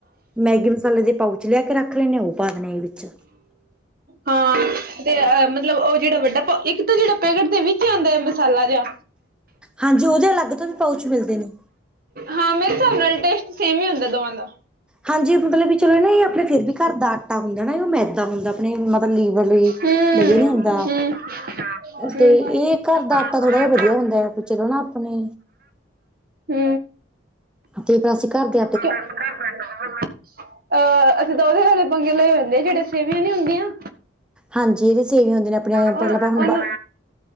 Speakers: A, in the centre; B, on the right.
A: ਮੈਗੀ ਮਸਾਲੇ ਦੇ ਪਾਊਚ ਲਿਆ ਕੇ ਰੱਖ ਲੈਂਨੇ ਆ ਓ ਪਾ ਦੇਣੇ ਆ ਵਿੱਚ।
B: ਹਾਂ ਤੇ ਅ ਮਤਲਬ ਓ ਜੇੜਾ ਵੱਡਾ ਪ ਇੱਕ ਤਾਂ ਜੇੜਾ ਪੈਕਟ ਦੇ ਵਿੱਚ ਆਂਦਾ ਐ ਮਸਾਲਾ ਜੇਆ।
A: ਹਾਂਜੀ ਉਦੇ ਅਲੱਗ ਤੋਂ ਵੀ ਪਾਉਚ ਮਿਲਦੇ ਨੇ।
B: ਹਾਂ‌ ਮੇਰੇ ਹਿਸਾਬ ਨਾਲ ਟੇਸਟ ਸੇਮ ਈ ਹੁੰਦਾ ਦੋਵਾਂ ਦਾ।
A: ਹਾਂਜੀ ਮਤਲਬ ਵੀ ਚਲੋ ਨਾ ਏ ਆਪਣੇ ਫਿਰ ਵੀ ਘਰ ਦਾ ਆਟਾ ਹੁੰਦਾ ਨਾ ਓ ਮੈਦਾ ਹੁੰਦਾ ਆਪਣੇ ਮ ਲੀਵਰ ਲਈ
B: ਹਮ
A: ਵਧੀਆ ਨੀ ਹੁੰਦਾ।
B: ਹਮ ਹਮ
A: 'ਤੇ ਏ ਘਰ
B: ਹੂੰ
A: ਦਾ ਆਟਾ ਥੋੜਾ ਜਾ ਵਧੀਆ ਹੁੰਦਾ ਆ ਚਲੋ ਨਾ ਆਪਣੇ
B: ਹੂੰ।
A: 'ਤੇ ਫੇਰ ਅਸੀਂ ਘਰਦੇ
B: <inaudible> ਅ ਅਸੀਂ ਤਾਂ ਉਦੇ ਨਾਲੇ ਪੰਗੇ ਲਏ ਹੁੰਦੇ ਆ ਜੇੜੇ ਸੇਵੀਆਂ ਨੀ ਹੁੰਦੀਆਂ।
A: ਹਾਂਜੀ ਜੇੜੀਆ ਸੇਵੀਆਂ ਹੁੰਦੀਆਂ ਨੇ ਆਪਣੇ ਆਲੀਆਂ ਮਤਲਬ
B: ਉਹਨੂੰ
A: ਹੁਣ ਬਾ